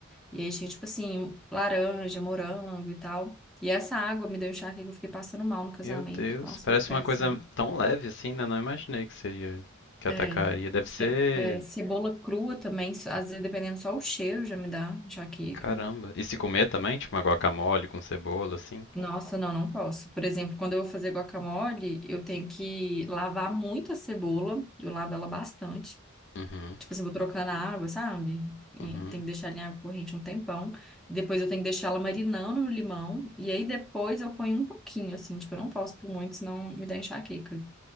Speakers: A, in the centre; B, on the left.
A: E aí tinha, tipo assim, laranja, morango e tal. E essa água me deu enxaqueca, eu fiquei passando mal no casamento.
B: Meu Deus,
A: Nossa,
B: parece
A: foi péssimo.
B: uma coisa tão leve assim, né? Não imaginei que seria, que atacaria.
A: É,
B: Deve
A: ce-
B: ser,
A: é, cebola crua também, às vezes, dependendo só o cheiro, já me dá enxaqueca.
B: caramba. E se comer também, tipo uma guacamole com cebola, assim?
A: Nossa, não, não posso. Por exemplo, quando eu vou fazer guacamole, eu tenho que lavar muito a cebola. Eu lavo ela bastante.
B: Uhum,
A: Tipo assim, vou trocando a água, sabe? E
B: uhum,
A: Tem que deixar ela em água corrente um tempão. Depois eu tenho que deixar ela marinando no limão. E aí depois eu ponho um pouquinho, assim. Tipo, eu não posso por muito, senão me dá enxaqueca.